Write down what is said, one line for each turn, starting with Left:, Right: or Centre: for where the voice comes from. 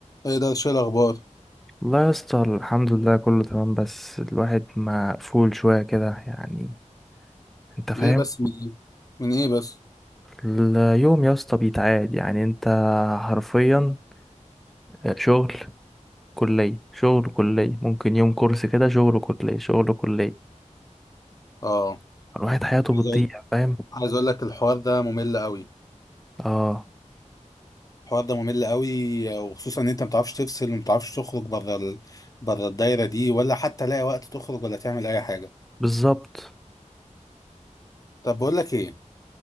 Left: ايه ده شو الاخبار
Centre: والله يا اسطى الحمد لله كله تمام بس الواحد مقفول شوية كده يعني انت فاهم
Left: ليه بس من ايه من ايه بس
Centre: اليوم يا اسطى بيتعاد يعني انت حرفيا آه، شغل كلية شغل كلية ممكن يوم كورس كده شغل كلية شغل كلية
Left: اه
Centre: الواحد حياته
Left: عايز
Centre: بتضيع
Left: اقول
Centre: فاهم
Left: عايز اقول لك الحوار ده ممل قوي
Centre: اه
Left: الحوار ده ممل قوي وخصوصا ان انت ما بتعرفش تفصل وما بتعرفش تخرج بره ال... بره الدايره دي ولا حتى لاقي وقت تخرج ولا تعمل اي حاجه
Centre: بالظبط
Left: طب بقول لك ايه